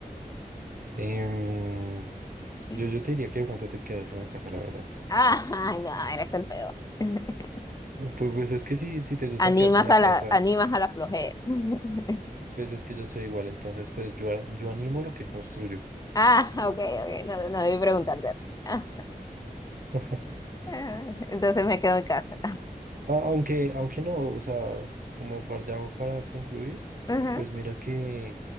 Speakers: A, on the right (about 65°); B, on the left (about 25°).
A: Em,
B: <laughs>
A: yo, yo te diría que de pronto te quedas en la casa, la verdad.
B: Ay, no, eres el peor. <laughs>
A: Pues, pues es que sí, si te gusta
B: Animas
A: quedarte en la
B: a
A: casa,
B: la, animas a la flojera. <laughs>
A: pues es que yo soy igual, entonces pues yo, yo animo lo que construyo.
B: Ah, <laughs> ok, ok, no, no debí preguntarte a ti. <laughs> Ah,
A: <laughs>
B: ah, entonces me quedo en casa.
A: A- Aunque, aunque no, o sea, como par- ya para concluir,
B: Ajá,
A: pues mira que,